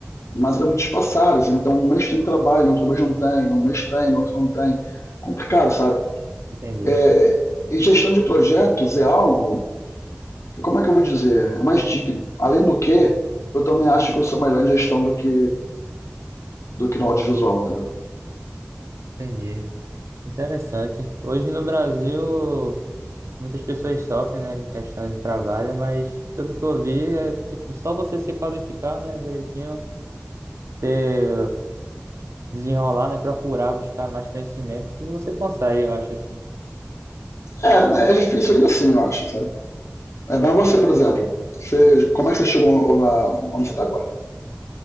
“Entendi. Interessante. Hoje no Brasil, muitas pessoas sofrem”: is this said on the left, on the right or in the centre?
Right